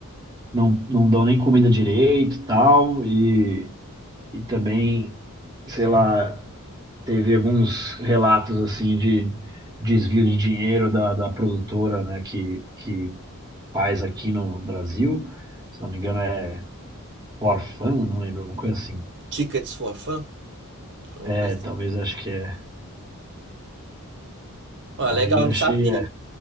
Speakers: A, on the right; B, on the right.
A: não, não dão nem comida direito e tal, e, e também, sei lá, teve alguns relatos assim de desvio de dinheiro da, da produtora, né, que, que faz aqui no Brasil, se não me engano é forfan não lembro, alguma coisa assim.
B: Tickets for Fun? Alguma
A: É,
B: coisa
A: talvez
B: assim.
A: acho que é.
B: Ah,
A: Aí
B: legal, eu
A: achei
B: não sabia.